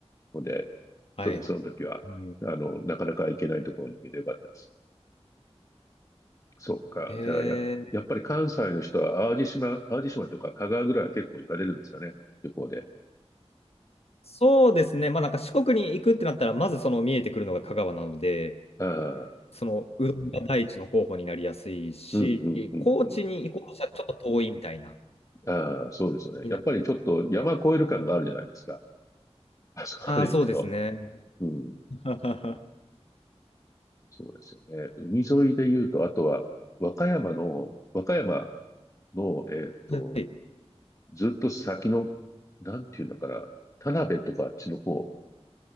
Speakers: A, on the left; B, on the left.
A: ので、
B: はいはい。
A: ちょっとその時は、
B: うん。
A: あの、なかなか行けないところに行けてよかったです。そっか。
B: へ
A: じゃあ、や、
B: え。
A: やっぱり関西の人は、淡路島、淡路島とか香川ぐらいは結構行かれるんですかね。旅行で。
B: そうですね。まあなんか四国に行くってなったら、まずその見えてくるのが香川なので、
A: ああ、
B: そのうどんが第一の候補になりやすいし、
A: うん、うん、うん、
B: 高知に行こうとしたらちょっと遠いみたいな、
A: うん。ああ、そうですよね。
B: になっ
A: やっぱりちょっと山越える感があるじゃないですか。
B: て。
A: <laughs> あそこまで行くと。
B: ああ、そうですね。
A: うん。
B: <laughs>
A: そうですよね。海沿いで言うと、あとは、和歌山の、和歌山の、えーっと、
B: はい。
A: ずっと先の、なんていうんだから、田辺とかあっちの方、